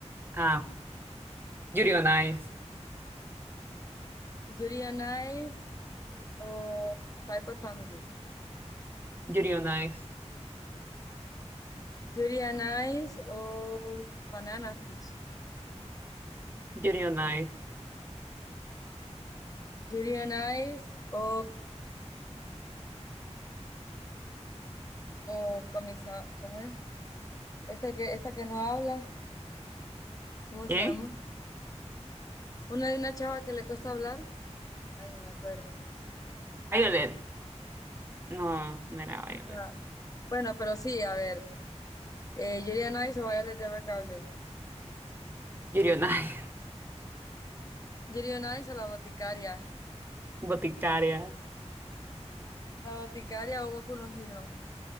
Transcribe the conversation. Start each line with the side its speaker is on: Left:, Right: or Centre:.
Right: Ah, Yuri on Ice.
Left: Yuri on Ice o Spy x Family.
Right: Yuri on Ice.
Left: Yuri on Ice o Banana Fish.
Right: Yuri on Ice.
Left: Yuri on Ice o, o Comisa, ¿cómo es? Esta que, esta que no habla, ¿cómo
Right: ¿Qué?
Left: se llama? Una de una chava que le cuesta hablar. Ay, no me acuerdo.
Right: Violet. No, no era Violet.
Left: Ah, bueno, pero sí, a ver. Eh, Yuri on Ice o Violet Evergarden.
Right: Yuri on Ice.
Left: Yuri on Ice o La Boticaria.
Right: <laughs> Boticaria.
Left: La Boticaria o Boku no Hero.